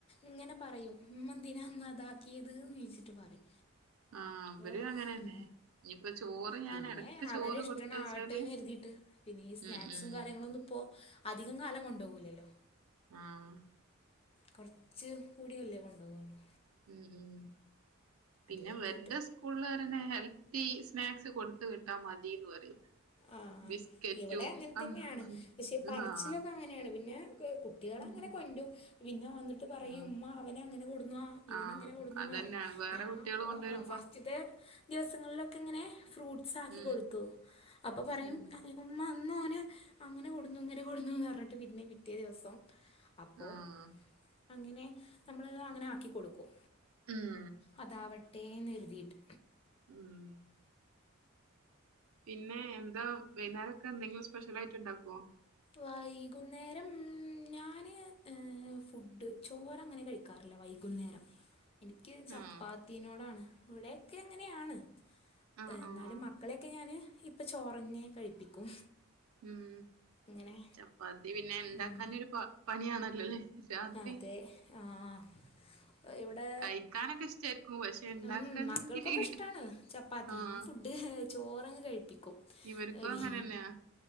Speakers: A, on the left (about 25°); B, on the right (about 85°).
A: ഇങ്ങനെ പറയും. ഉമ്മ എന്തിനാ ഇന്നതാ ഈതിലും നീച്ചിട്ട് പറിം
B: ആ, ഇവരും
A: ഓഹ്
B: അങ്ങനെന്നെ.
A: ഉം.
B: ഇനിയിപ്പോ ചോറ്
A: പിന്നെ
B: ഞാൻ എടക്ക്
A: അവരെ
B: ചോറ്
A: ഇഷ്ടണ്
B: കൊടുത്തയച്ചാല്
A: ആവട്ടെന്ന് കര്തിയിട്ട് പിന്നെ ഈ സ്നാക്സും
B: ഉം, ഉം,
A: കാര്യങ്ങളു ഒന്നും ഇപ്പോ അധികം കാലം കൊണ്ടോകൂലല്ലോ
B: ആഹ്
A: കൊറച്ച് കൂടിയല്ലേ കൊണ്ടോകു <unintelligible>
B: ഉം ഉം പിന്നെ
A: അത് കരുതിയിട്ട്
B: ഇവര്ടെ സ്കൂള് അറിനെ ഹെൽ തീ സ്നാക്സ് കൊടുത്ത് വിട്ടാ മതീന്ന് പറയും
A: ആഹ്.
B: ബിസ്ക്കറ്റും
A: ഇവിടെ അങ്ങൻ തന്നേ
B: ആഹ്
A: ആണ് പക്ഷെ പറച്ചിലൊക്കെ
B: ആഹ്
A: അങ്ങനെയാണ് പിന്നെ കുട്ടികളങ്ങനെ
B: ഉം
A: കൊണ്ടരും പിന്നെ എന്നിട്ട് പറയും
B: ഉം
A: ഉമ്മ അവനങ്ങനെ കൊടുന്നു ഇവനിങ്ങനെ
B: ആഹ്
A: കൊടുന്നുന്ന്
B: അതന്നെയാണ്
A: പറയും
B: വേറെ
A: ഞാൻ
B: കുട്ടികള് കൊണ്ടുവരുമ്പോ
A: ആ ഫസ്റ്റ്ത്തെ ദിവസങ്ങളിലൊക്കെ ഇങ്ങനെ ഫ്രൂട്ട്സ് ആക്കി
B: ഉം
A: കൊടുത്തു. അപ്പോ പറയും
B: ഉം
A: ഉമ്മ ഇന്ന് ഓൻ അവൻ അങ്ങനെ കൊടുന്നു ഇങ്ങനെ കൊടുന്നു എന്ന് പറഞ്ഞിട്ട് പിന്നെ പിറ്റേ ദിവസം അപ്പൊ
B: ആഹ്
A: അങ്ങനെ നമ്മള് അങ്ങനെ ആക്കി കൊടുക്കും.
B: ഉം
A: അതാവട്ടെന്ന് കര്തിയിട്ട്.
B: ഉം പിന്നെ എന്താ വൈകുന്നേരൊക്കെ എന്തെങ്കിലും സ്പെഷ്യൽ ആയിട്ട് ഉണ്ടാക്കുവോ.
A: വൈകുന്നേരം ഞാന്. ഫുഡ് ചോറ് അങ്ങനെ കഴിക്കാറില്ല വൈകുന്നേരം. എനിക്ക് ചപ്പാത്തിനോടാണ്
B: ആഹ്
A: ഇവിടൊക്കെ ഇങ്ങനെയാണ്.
B: ആഹ്
A: എന്നാലും
B: ആഹ്
A: മക്കളെയൊക്കെ ഞാന് ഇപ്പ ചോറന്നെ കഴിപ്പിക്കും.
B: ഉം
A: ഇങ്ങനെ
B: ചപ്പാത്തി പിന്നെ ഉണ്ടാക്കാനൊരു
A: ഉം,
B: പണിയാണല്ലോല്ലേ. രാത്രി
A: അതെ ആഹ് ഇവിടെ
B: കഴിക്കാനൊക്കെ ഇഷ്ടായിരിക്കും പക്ഷെ ഇണ്ടാക്കണെങ്കില്
A: ഉം മക്കൾക്കൊക്കെ ഇഷ്ടാണ് ചപ്പാത്തി
B: ആഹ്
A: ഞാൻ ഫുഡ്. ഡ് ചോറങ്ങ് കഴിപ്പിക്കും
B: ഇവർക്കും
A: ആ വി
B: അങ്ങനെന്നെയാ